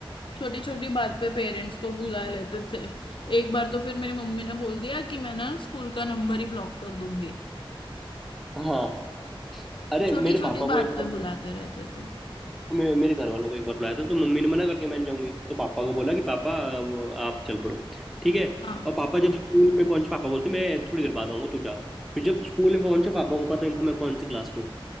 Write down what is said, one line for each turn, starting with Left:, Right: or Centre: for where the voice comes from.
Left: छोटी छोटी बात पे पेरेंट्स को बुला लेते थे एक बार तो फिर मेरी मम्मी ने बोल दिया कि मैं ना स्कूल का नंबर ही ब्लॉक कर दूंगी
Centre: हाँ अरे
Left: छोटी
Centre: मेरे
Left: छोटी
Centre: पापा को
Left: बात
Centre: एक
Left: पे
Centre: बार
Left: बुलाते रहते थे
Centre: मे, मेरे घर वालों को एक बार बुलाया था तो मम्मी ने मना कर दिया मैं नहीं जाऊंगी तो पापा को बोला कि पापा आप चल पड़ो ठीक है
Left: हाँ
Centre: और पापा जब स्कूल में पहुंचे पापा बोलते मैं थोड़ी देर बाद आऊंगा तू जा फिर जब स्कूल में पहुंचे पापा को पता नहीं था मैं कौन सी क्लास में हूँ